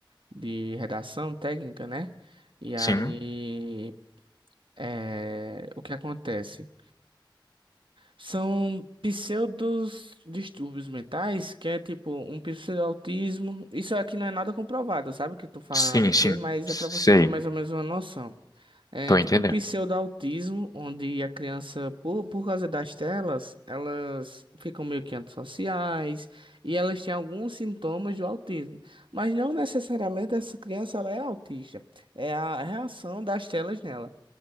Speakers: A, on the right (about 75°); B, on the left (about 45°).
A: de redação técnica, né? E
B: Sim,
A: aí, é, o que acontece? São pseudos distúrbios mentais, que é tipo um pseudo-autismo. Isso aqui não é nada comprovado, sabe? O Que eu tô falando
B: sim,
A: a você,
B: sim.
A: mas
B: Sei,
A: é pra você ter mais ou menos uma noção. É
B: tô
A: tipo
B: entendendo.
A: um pseudo-autismo, onde a criança, por, por causa das telas, elas ficam meio que antissociais e elas têm alguns sintomas do autismo. Mas não necessariamente essa criança ela é autista. É a reação das telas nela.